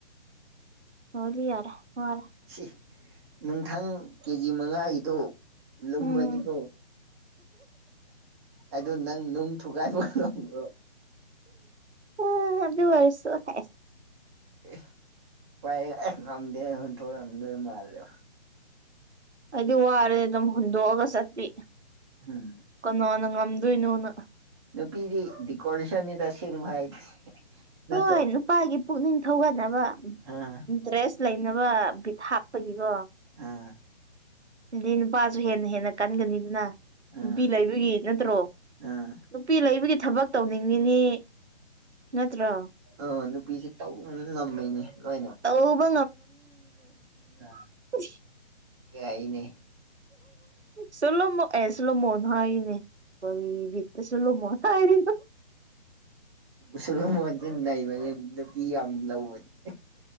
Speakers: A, on the right (about 85°); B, on the right (about 25°).
A: ꯍꯧꯗꯤ ꯌꯥꯔꯦ ꯋꯥꯔꯦ
B: ꯁꯤ ꯅꯨꯡꯊꯪ ꯀꯦꯖꯤ ꯃꯉꯥꯒꯤꯗꯣ ꯂꯨꯝꯕꯅꯤꯀꯣ
A: ꯎꯝ
B: ꯑꯗꯨ ꯅꯪ ꯅꯨꯡ ꯊꯨꯒꯥꯏꯕ ꯉꯕ꯭ꯔꯣ
A: ꯑ ꯑꯗꯨ ꯑꯣꯏꯔꯁꯨ ꯍꯦꯁ
B: ꯑꯦ ꯄꯥꯏ ꯑꯦ ꯉꯝꯗꯦ ꯍꯨꯟꯊꯣꯛꯑꯝꯗꯣꯏ ꯃꯥꯜꯂꯦꯕ
A: ꯑꯩꯗꯤ ꯋꯥꯔꯦ ꯑꯗꯨꯝ ꯍꯨꯗꯣꯛꯑꯒ ꯆꯠꯄꯤ
B: ꯎꯝ
A: ꯀꯅꯥꯅ ꯉꯝꯗꯣꯏꯅꯣꯅ
B: ꯅꯨꯄꯤꯗꯤ ꯗꯤꯀꯣꯔꯤꯁꯟꯅꯤꯗ ꯑꯁꯦꯡꯕ ꯍꯥꯏꯗꯤ ꯅꯠꯇ꯭ꯔꯣ
A: ꯍꯣꯏ ꯅꯨꯄꯥꯒꯤ ꯄꯨꯛꯅꯤꯡ ꯊꯧꯒꯠꯅꯕ
B: ꯑꯥ
A: ꯏꯟꯇ꯭ꯔꯦꯁ ꯂꯩꯅꯕ ꯕꯤꯠ ꯍꯥꯥꯞꯄꯒꯤꯀꯣ
B: ꯑ
A: ꯑꯗꯨꯗꯤ ꯅꯨꯄꯥꯁꯨ ꯍꯦꯟꯅ ꯍꯦꯟꯅ ꯀꯟꯒꯅꯤꯗꯅ
B: ꯑꯥ
A: ꯅꯨꯄꯤ ꯂꯩꯕꯒꯤ ꯅꯠꯇ꯭ꯔꯣ
B: ꯑꯥ
A: ꯅꯨꯄꯤ ꯂꯩꯕꯒꯤ ꯊꯕꯛ ꯇꯧꯅꯤꯡꯉꯤꯅꯤ ꯅꯠꯇ꯭ꯔꯣ
B: ꯑ ꯅꯨꯄꯤꯁꯦ ꯇꯧ ꯉꯝꯃꯤꯅꯤ ꯂꯣꯏꯅ
A: ꯇꯧꯕ
B: ꯑ
A: ꯊꯤ
B: ꯌꯥꯏꯌꯦꯅꯦ
A: ꯆꯂꯣꯃꯣ ꯑꯦ ꯆꯣꯂꯣꯃꯣꯟ ꯍꯥꯏꯅꯦ ꯀꯔꯤ ꯕꯤꯠ ꯁꯣꯂꯣ ꯃꯣ ꯍꯥꯏꯔꯤ
B: ꯁꯣꯜꯂꯣꯃꯣꯟꯁꯦ ꯅꯩꯕꯅꯤ ꯅꯨꯄꯤ ꯌꯥꯝ ꯂꯧꯕꯅꯤ